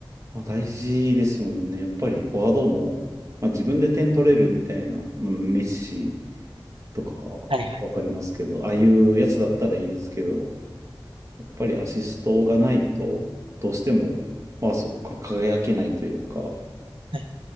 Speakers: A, on the right; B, on the right.
A: まあ、大事ですもんね。やっぱりフォワードも、まあ、自分で点取れるみたいな、まあ、メッシとかはわかりますけど、
B: はいはい
A: ああいうやつだったらいいですけど、やっぱりアシストがないと、どうしても、まあそこが輝けないというか、
B: はい